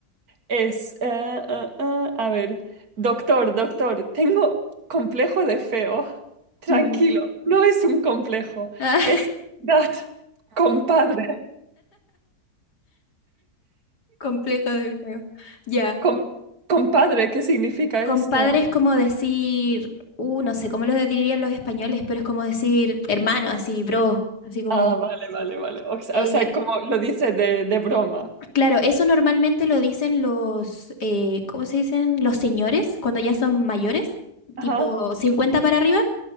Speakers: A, on the right; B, on the left.
A: Es, eh, eh, eh, a ver, doctor, doctor, tengo complejo de feo. Tranquilo,
B: Ya.
A: no es un complejo,
B: Ah,
A: es that, compadre.
B: <laughs> complejo del juego. Ya.
A: Com- compadre, ¿qué significa
B: Compadre
A: esto?
B: es como decir, uh, no sé cómo lo dirían los españoles, pero es como decir hermano, así, bro, así como.
A: Ah, vale, vale, vale. O sea,
B: eh,
A: o sea, como lo dice de, de broma.
B: claro, eso normalmente lo dicen los, eh, ¿cómo se dicen? Los señores, cuando ya son mayores,
A: Ajá.
B: tipo 50 para arriba.